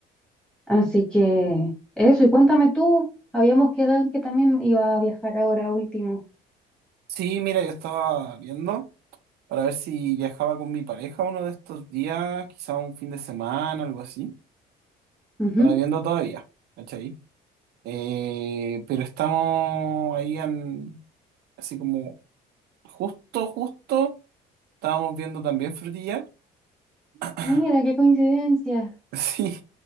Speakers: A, in the centre; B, on the right.
A: Así que eso, y cuéntame tú, habíamos quedado en que también iba a viajar ahora último.
B: Sí, mira, yo estaba viendo para ver si viajaba con mi pareja uno de estos días, quizá un fin de semana, algo así.
A: Ujú.
B: Estaba viendo todavía, ¿cachai? Eh, pero estamos ahí en- así como justo, justo, estábamos viendo también frutillar. <coughs>
A: Mira, qué
B: <laughs>
A: coincidencia.
B: Sí,